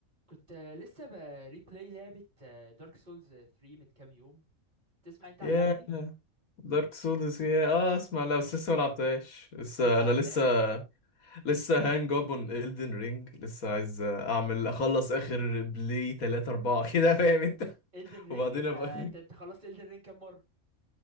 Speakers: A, on the right; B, on the left.
A: كنت آه، لسه بريبلاي لعبة دارك سولز 3 من كام يوم تسمع انت عن
B: ياه
A: اللعبة دي
B: دارك سولز يا اه اسمع لا بس لسه ما لعبتهاش لسه
A: لسه
B: انا
A: عتاش
B: لسه لسه هانج اب اون Elden رينج لسه عايز اعمل اخلص اخر بلاي 3 4 <laughs> كده فاهم انت
A: Elden
B: <laughs>
A: رينج
B: وبعدين
A: انت
B: ابقى
A: انت انت خلصت Elden رينج كام مرة